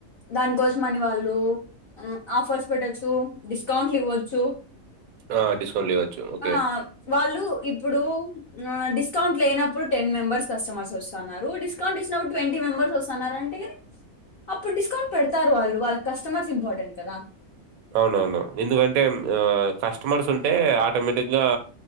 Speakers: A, on the left (about 50°); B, on the right (about 80°).
A: దానికోసం అని వాళ్ళు ఆఫర్స్ పెట్టొచ్చు స్ కౌంట్లు ఇవ్వచ్చు
B: ఆ! డిస్కౌంట్‌లు ఇవ్వచ్చు. ఓకే.
A: ఆ వాళ్ళు ఇప్పుడూ ఆ డిస్ డిస్కౌంట్ లేనప్పుడు టెన్ మెంబర్స్ కస్టమర్స్ వస్తాన్నారు. డిస్కౌంట్ ఇచ్చినప్పుడు ట్వంటీ మెంబర్స్ వస్తాన్నారు అంటే గానీ. అప్పుడు డిస్కౌంట్ పెడతారు వాళ్ళు వాళ్ళక్ కస్టమర్స్ ఇంపార్టెంట్ కదా.
B: అవునవును ఎందుకంటే ఆ కస్టమర్స్ ఉంటే ఆటోమేటిక్గా